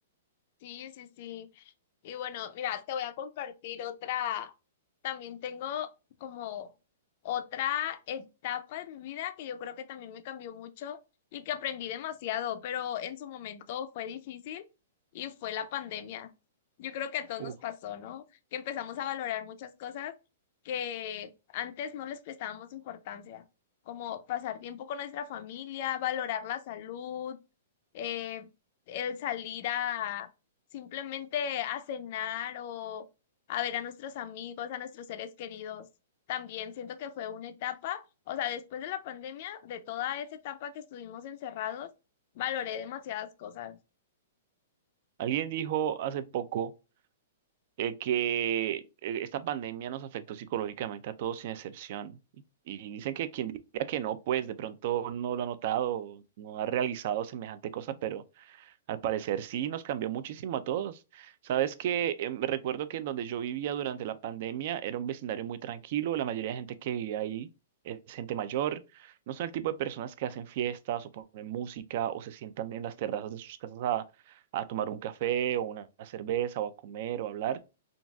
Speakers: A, on the left (about 45°); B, on the right (about 45°).
A: Sí, sí, sí. Y bueno, mira, te voy a compartir otra. También tengo como otra etapa de mi vida que yo creo que también me cambió mucho y que aprendí demasiado, pero en su momento fue difícil y fue la pandemia. Yo creo que a todos
B: Uf.
A: nos pasó, ¿no? Que empezamos a valorar muchas cosas que antes no les prestábamos importancia, como pasar tiempo con nuestra familia, valorar la salud eh, el salir a simplemente a cenar o a ver a nuestros amigos, a nuestros seres queridos. También siento que fue una etapa, o sea, después de la pandemia, de toda esa etapa que estuvimos encerrados, valoré demasiadas cosas.
B: Alguien dijo hace poco eh, que eh, esta pandemia nos afectó psicológicamente a todos sin excepción. Y, y dicen que quien diga que no, pues de pronto no lo ha notado, no ha realizado semejante cosa, pero... Al parecer sí, nos cambió muchísimo a todos. Sabes que eh, me recuerdo que en donde yo vivía durante la pandemia era un vecindario muy tranquilo, la mayoría de gente que vivía ahí es gente mayor, no son el tipo de personas que hacen fiestas o ponen música o se sientan en las terrazas de sus casas a, a tomar un café o una cerveza o a comer o a hablar.